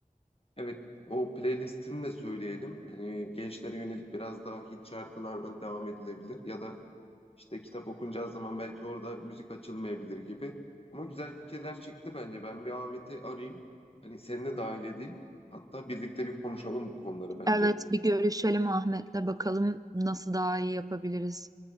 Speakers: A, on the left (about 40°); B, on the right (about 25°).
A: Evet o playlistini de söyleyelim. Hani gençlere yönelik biraz daha hit şarkılarla devam edilebilir ya da İşte kitap okunacağı zaman belki orada müzik açılmayabilir gibi. Ama güzel fikirler çıktı bence. Ben bir Ahmet'i arayayım. Hani seni de dahil edeyim. Hatta birlikte bir konuşalım bu konuları bence.
B: Evet bir görüşelim Ahmet'le bakalım nasıl daha iyi yapabiliriz.